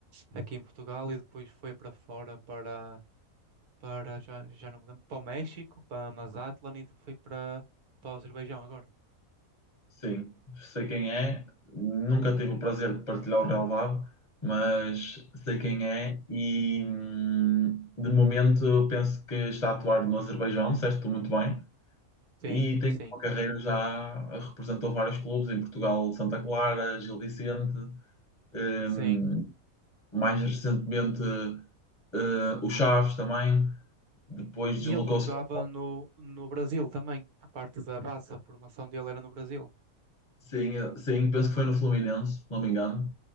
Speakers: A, on the right; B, on the left.
A: aqui em Portugal, e depois foi para fora, para, para já, já não me lembro, para o México, para Mazatlán, e foi para, para o Azerbaijão agora.
B: Sim, sei quem é, nunca tive o prazer de partilhar o relvado, mas sei quem é e hum, de momento penso que está a atuar no Azerbaijão, disseste muito bem,
A: Sim,
B: e tem
A: sim,
B: uma carreira já, representou vários clubes em Portugal, Santa Clara, Gil Vicente, hum,
A: sim.
B: mais recentemente eh, o Chaves também, depois deslocou-se
A: E ele jogava
B: para
A: no, no Brasil também. A parte da base, a formação dele era no Brasil.
B: sim, eh, sim, penso que foi no Fluminense, se não me engano,